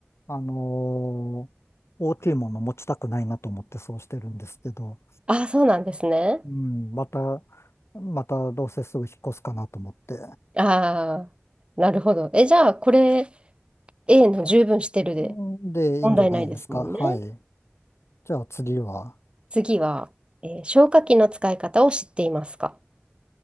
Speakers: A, on the left (about 75°); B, on the right (about 25°).
A: あのー大きいもの持ちたくないなと思ってそうしてるんですけど、
B: あ、そうなんですね。
A: うん、また、またどうせすぐ引っ越すかなと思って。
B: ああ、なるほど。え、じゃあ、これ、A の十分してるで、
A: うんで、
B: 問題ないですもんね。
A: いいんじゃないですか。はい。じゃあ次は、
B: 次は、えー消火器の使い方を知っていますか